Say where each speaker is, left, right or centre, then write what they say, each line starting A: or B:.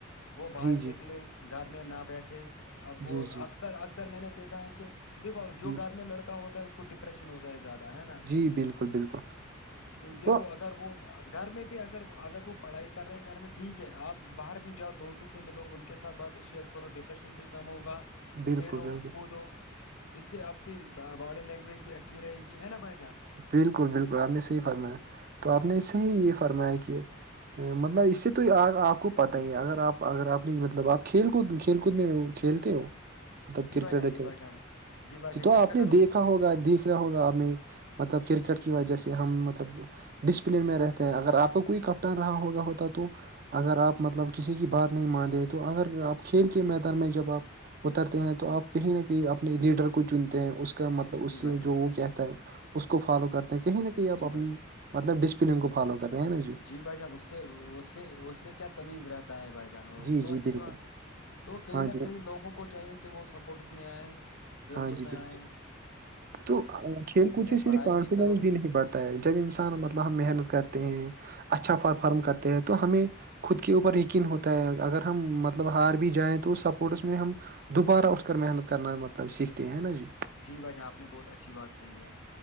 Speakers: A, on the left (about 80°); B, on the right (about 45°).
A: وہ باہر
B: جی جی
A: نکلے گھر میں نہ بیٹھے اب وہ
B: جی جی
A: اکثر اکثر میں نے دیکھا ہے کہ دیکو
B: جی
A: جو گھر میں لڑکا ہوتا ہے اس کو پریشن ہوتا ہے زیادہ ہے نا
B: جی بالکل بالکل
A: دیکھو
B: تو
A: اگر وہ گھر میں بھی اگر اگر وہ پڑھائی کر رہے ہیں گھر میں ٹھیک ہے آپ باہر بھی جاؤ دوست سے ملو ان کے ساتھ باتیں شیئر کرو ڈپریشن بھی کم ہوگا
B: بالکل
A: کھیلو
B: بالکل
A: کودو اس سے آپ کی باڈی لینگویج بھی اچھی رہے گی ہے نا بھائی جان
B: بالکل بالکل آپ نے صحیح فرمایا تو آپ نے صحیح یہ فرمایا کہ مطلب اس سے تو آپ کو پت ہی ہے اگر آپ اگر آپ نے مطلب آپ کھیل کو کھیل کود میں کھیلتے ہو مطلب
A: جی
B: کرکٹ
A: بھائی جان
B: وکٹ
A: جی بھائی جان بھائی
B: جی
A: جان
B: تو
A: کرکٹر
B: آپ نے
A: ہو
B: دیکھا ہوگا دیک ہوگا آپ نے مطلب کرکٹ کی وجہہ سے ہم مطلب ڈسپلن میں رہتے ہیں اگر آپ کو کوئی کپٹان رہا ہوگا ہوتا تو اگر آپ مطلب کسی کی بات نہیں مان رہ تو اگر آپ کھیل کے میدان میں جب آپ اترتے ہیں تو آپ کہیں نہ کہیں اپنے لیڈر کو چنتے ہیں اس کا مطلب اس
A: جی
B: سے
A: بھائی جان
B: جو وہ کہتا ہے اس کو فالو کرتے ہیں کہیں نہ کہیں
A: جی
B: آپ
A: بھائی
B: مطلب ڈسپلن کو فالو کرتے ہیں نا
A: جان جی بھائی جان اس سے سے اس سے کیا تمیز رہتا ہے بھائی جان
B: جی
A: تو اچھی
B: جی بالکل
A: بات تو کہئی
B: ہاں
A: نہ
B: جی
A: کہیں لوگوں کو چاہیے کہ وہ سپورٹس میں آئے کھیل
B: ہاں
A: کود
B: جی
A: میں
B: بالکل
A: آئ
B: تو کھیل کود سے صرف
A: پڑھائی
B: کاؤنسلینس
A: کرو
B: بھی نہیں بڑتا جب انسان مطلب ہم محنت کرتے ہیں اچھا پرفارم کرتے ہیں تو ہمیں خود کے اوپر یقین ہوتا ہے اگر ہم مطلب ہار بھی جائیں تو اس سپورٹس میں ہم دوبارہ اٹھ کر محنت کرنا مطلب سیکھتے ہیں نا جی
A: جی بھائی جان آپ نے بہت اچھی بات کہی ہے